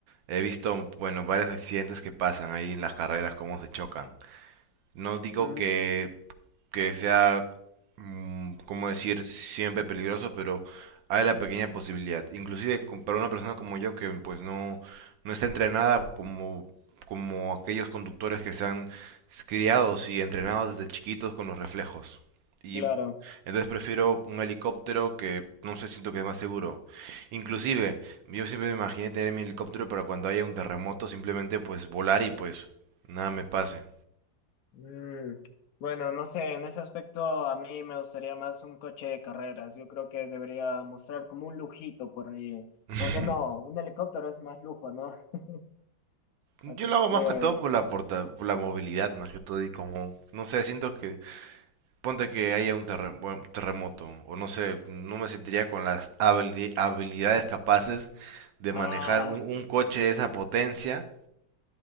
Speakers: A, on the right (about 75°); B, on the left (about 70°).
A: he visto, bueno, varios accidentes que pasan ahí en las carreras, cómo se chocan. No digo
B: Mm,
A: que que sea, mm, cómo decir, siempre peligroso, pero hay la pequeña posibilidad. Inclusive con- para una persona como yo que pues no, no está entrenada como, como aquellos conductores que están criados y entrenados desde chiquitos con los reflejos. Y
B: claro.
A: entonces prefiero un helicóptero que no sé, siento que es más seguro. Inclusive, yo siempre me imaginé tener mi helicóptero para cuando haya un terremoto, simplemente pues volar y pues nada me pase.
B: Mm, Bueno, no sé, en ese aspecto a mí me gustaría más un coche de carreras. Yo creo que debería mostrar como un lujito por ahí.
A: <laughs>
B: Aunque no, un helicóptero es más lujo, ¿no? <laughs>
A: Yo
B: Así
A: lo
B: es
A: hago
B: que,
A: más que todo por la porta- por la movilidad, más que todo, y como, no sé, siento que, ponte que haya un terre- bueno, terremoto, o no sé, no me sentiría con las habili- habilidades capaces de
B: ah,
A: manejar un, un coche de esa potencia